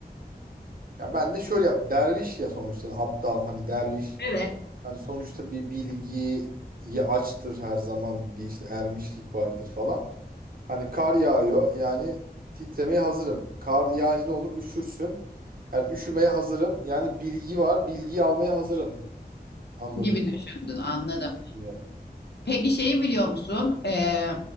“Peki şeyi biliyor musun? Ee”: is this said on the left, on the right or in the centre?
Left